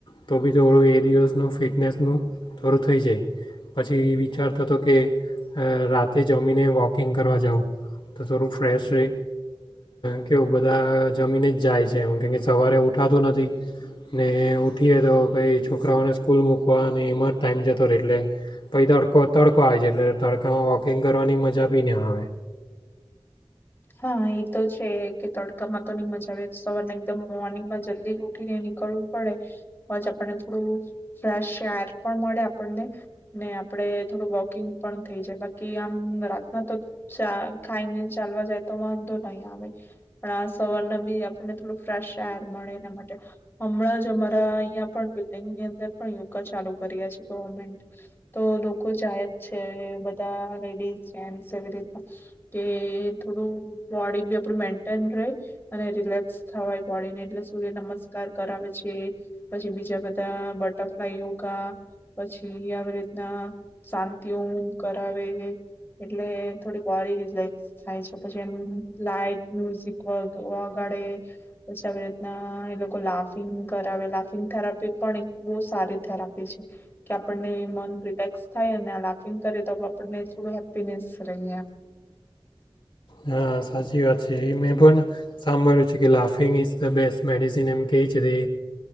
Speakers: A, on the left; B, on the left.
A: તો બી થોડું એ દિવસનું ફિટનેસનું થોડું થઈ જાય પછી એ વિચારતો હતો કે રાતે જમ. જમીને વોકિંગ કરવા જઉં તો થોડું ફ્રેશ છે કેવું બધા જમીને જ જાય છે એમ કેમ સવારે ઉઠાતું નથી ને ઉઠીએ તો પછી છોકરાઓને સ્કૂલ મૂકવા અને એમાં જ ટાઈમ જતો રહે એટલે પછી તડકો તડકો આવી જાય છે એટલે તડકામાં વોકિંગ કરવાની મજા બી ન આવે.
B: હા એ તો છે કે તડકામાં તો નઈ મજા આવે સવાર ને એકદમ મોર્નિંગમાં જલ્દી ઉઠીને નીકળવું પડે બજ આપણને થોડું ફ્રેશ એર પણ મળે આપણને ને આપડે થોડું વોકિંગ પણ થઈ જાય બાકી આમ રાતના તો ખાઈને ચાલવા જાય વાંધો નહી આવે પણ આ સવારને બી આપણને થોડું ફ્રેશ એર મળે એના માટે હમણાં જ અમારા અહીં પણ બિલ્ડિંગની અંદર પણ યોગા ચાલુ કરી્યા છે ગવર્મેન્ટ તો લોકો જાય જ છે બધા લેડીઝ જે એવી રીના કે થોડું. બોડી બી આપડું મેન્ટેન રે અને રિલેક્સ થવાય બોડી ને એટલે સૂર્ય નમસ્કાર કરાવે છે પછી બીજા બધા બટરફ્લાય યોગા પછી આવી રીતના શાંતિ ઓમ કરાવે એટલે થોડી બોડી રિલેક્સ થાય છે. પછ લાઈટ મ્યુઝિક વગાડે પછી આવી રીતના એ લોકો લાફિંગ કરાવે લાફિંગ થેરાપી પણ એક બવ સારી થેરાપી છે કે આપને મન રિલેક્સ થાય લાફિંગ કરે તો આપણને થોડું હેપ્પીનેસ રહી.
A: હા સાચી વાત છે એ મેં પણ સાંભળ્યું છે કે laughing is the best medicine એમ કેવી છે તે